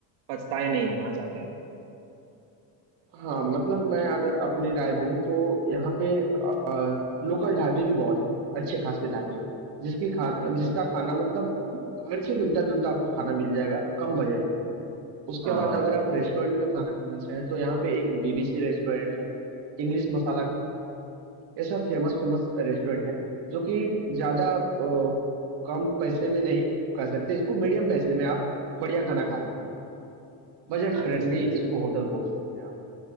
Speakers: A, on the right (about 80°); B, on the right (about 60°).
A: पछताए नहीं वहाँ जाके
B: हाँ मतलब मैं अगर अपनी राय दूं तो यहाँ पे अ, लोकल ढाबे भी बहुत हैं अच्छे खासे ढाबे हैं जिसकी खा
A: ठीक
B: जिसका
A: है
B: खाना मतलब घर से मिलता जुलता आपको खाना मिल जाएगा कम बजट में उसके
A: हाँ
B: बाद अगर आप रेस्टोरेंट का खाना खाना चाहें तो यहाँ पे एक बीबीसी रेस्टोरेंट है इंग्लिश मसाला ये सब फेमस फेमस रेस्टोरेंट है जो कि ज्यादा अ, कम पैसे में नहीं कर सकते इसको मीडियम पैसे में आप बढ़िया खाना खा सकते हैं मतलब बजट
A: अच्छा
B: फ्रेंडली
A: अच्छा
B: इसको होटल बोल सकते हैं आप